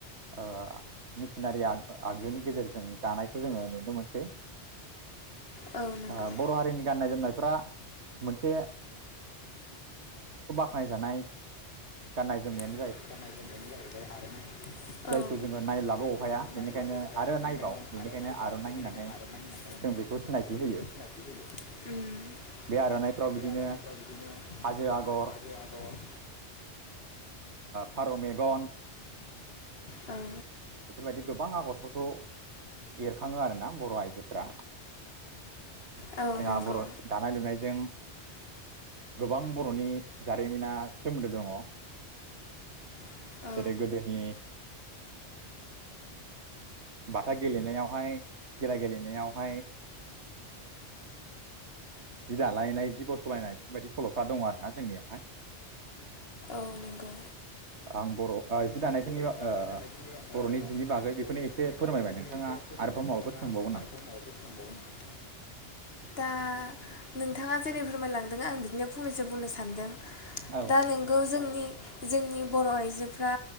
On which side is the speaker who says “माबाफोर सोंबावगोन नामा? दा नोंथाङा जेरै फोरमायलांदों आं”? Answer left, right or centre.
Left